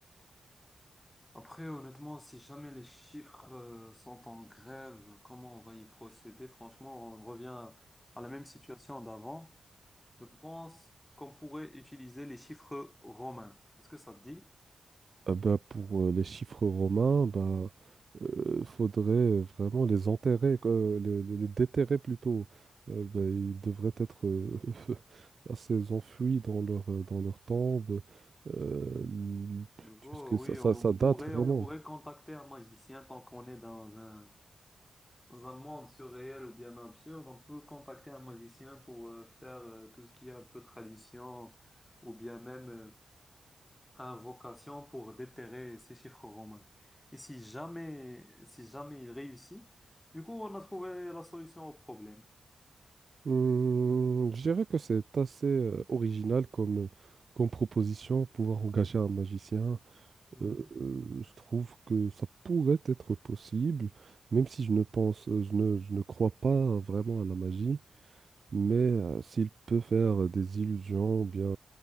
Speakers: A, on the left (about 20°); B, on the right (about 60°).
A: Après, honnêtement, si jamais les chiffres euh, sont en grève, comment on va y procéder? Franchement, on revient à la même situation d'avant. Je pense qu'on pourrait utiliser les chiffres romains. Est-ce que ça te dit?
B: Ah bah, pour euh, les chiffres romains, bah, euh, faudrait vraiment les enterrer, quoi, les, les- les déterrer plutôt. Euh, bah, ils devraient être euh, <laughs> assez enfuis dans leur, euh, dans leur tombe, euh, l-
A: Du coup,
B: puisque
A: euh, oui,
B: ça, ça,
A: on
B: ça
A: pourrait,
B: date vraiment.
A: on pourrait contacter un magicien tant qu'on est dans un, dans un monde surréel ou bien absurde. On peut contacter un magicien pour euh, faire euh, tout ce qui est un peu tradition ou bien même euh, a vocation pour déterrer ces chiffres romains. Et si jamais, si jamais il réussit, du coup, on a trouvé la solution au problème.
B: Hum, je dirais que c'est assez euh, original comme, comme proposition, pouvoir engager un magicien.
A: Mhm.
B: Euh, euh, je trouve que ça pourrait être possible, même si je ne pense, euh, je ne, je ne crois pas vraiment à la magie, mais euh, s'il peut faire des illusions, ou bien,